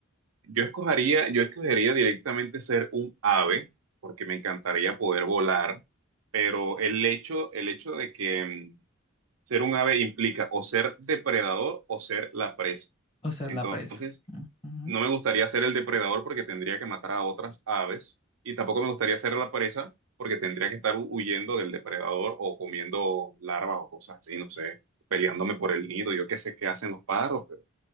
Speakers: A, on the right (about 80°); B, on the left (about 30°).
A: yo escogería, yo escogería directamente ser un ave porque me encantaría poder volar, pero el hecho, el hecho de que mm, ser un ave implica o ser depredador o ser la presa.
B: O ser
A: Entonces,
B: la presa. Ujú.
A: no me gustaría ser el depredador porque tendría que matar a otras aves y tampoco me gustaría ser la presa porque tendría que estar hu- huyendo del depredador o comiendo larvas o cosas así, no sé, peleándome por el nido, yo qué sé qué hacen los pájaros, pero